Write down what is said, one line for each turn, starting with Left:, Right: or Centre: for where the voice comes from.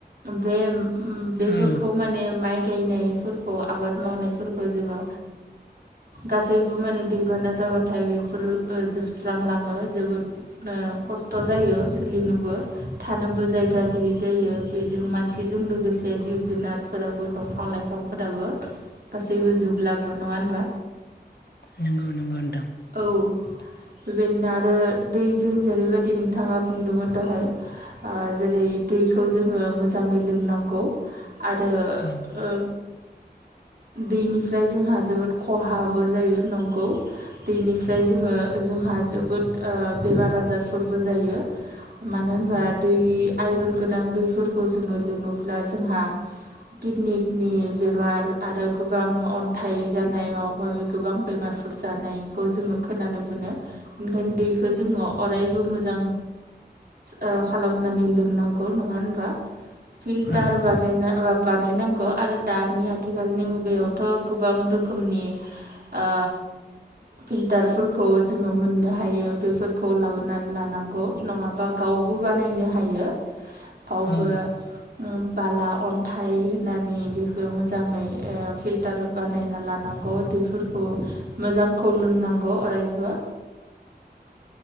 Right: बे बेफोरखौ
Left: ओं
Right: माने माइ गायनायफोरखौ आबाद मावनायफोरखौ जोङो गासैबो माने दैबाना जाबाथाय बेफोर जोबस्रांलाङो। जोबोद खस्थ' जायो सोलिनोबो थानोबो जायगा गैयि जायो बि मानसिजों लोगोसे जिब जुनारफोराबो दंफां लाइफांफोराबो। गासैबो जोबलाङो नङा होनबा
Left: नंगौ नंगौ नोंथां
Right: औ
Left: <inaudible>
Right: बेबायदिनो आरो दैजों जेरैबायदि नोंथाङा बुंदोंमोन दहाय जेरै दैखौ जोङो मोजाङै लोंनांगौ आरो
Left: ओं ओं
Right: ओ दैनिफ्राय जोंहा जोबोद खहाबो जायो नंगौ दैनिफ्राय जोङो जोंहा जोबोद बेमार आजारफोरबो जायो मानो होनबा
Left: ओं
Right: दै आइरन गोनां दैफोरखौ जोङो लोङोब्ला जोंहा किडनिनि बेमार आरो गोबां अन्थाइ जानाय माबा माबि गोबां बेमार फोर जानाय खौ जोंङो खोनानो मोनो ओंखायनो दैखौ जोंङो अरायबो मोजां ओ खालामनानै लोंनांगौ नंङा होनबा? फिल्टार
Left: ओं
Right: बानायना ओ बानायनांगौ आरो दानि आथिखालनि मुगायावथ' गोबां रोखोमनि ओ फिल्टारफोरखौ जोंङो मोननो हायो बेफोरखौ लाबोनानै लानांगौ नंङाबा गाव बो बानायनो हायो गावबो
Left: ओं
Right: बाला अन्थाइ होनानै बेखौ मोजांङै फिलटार बानायना लानो नांगौ दैफोरखौ मोजांखौ लोंनांगौ अरायबो